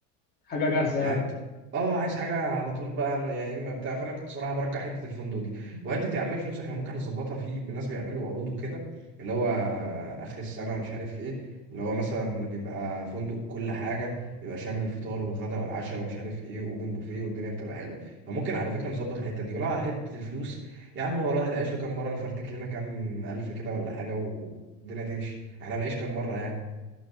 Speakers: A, on the left (about 25°); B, on the right (about 30°).
A: حاجة جاهزة
B: يعني
A: يعني
B: انت اه عايز حاجه على طول بقى انا يا اما بتاع فانا كنت صراحه برجع حته الفندق دي وحته يا عم الفلوس احنا ممكن نظبطها في ناس بيعملوا عروض وكده اللي هو اخر السنه ومش عارف ايه اللي هو مثلا بيبقى فندق كل حاجه بيبقى شامل الفطار والغداء والعشاء ومش عارف ايه واوبن بوفيه والدنيا بتبقى حلوه فممكن على فكره نظبط الحته دي ولو على حته الفلوس يا عم هو الواحد عايش له كام مره نفرتك لنا كام الف كده ولا حاجه والدنيا تمشي احنا بنعيش كام مره يعني